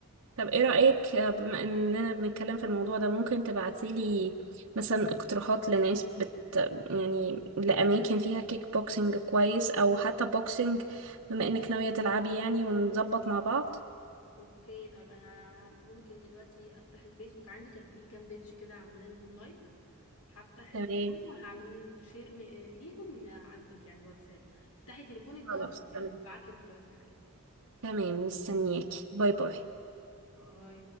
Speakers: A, on the right; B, on the left.
A: طب ايه رأيك بما اننا بنتكلم في الموضوع ده ممكن تبعتيلي مثلا اقتراحات لناس بت يعني لأماكن فيها كيك بوكسنج كويس او حتى بوكسنج بما انك ناوية تلعبي يعني ونظبط مع بعض
B: اوكي طيب انا ممكن دلوقتي افتح الفيسبوك عندي كان في كام بيج كده عامله لهم لايك هفتح
A: تمام
B: الفون وهعمل شير م... آه، ليهم عندك يعني واتساب افتحي تليفونك بقى
A: خلاص
B: وشوفي
A: تمام
B: انا هبعت لك دلوقتي حالا
A: تمام مستنياكي باي باي
B: باي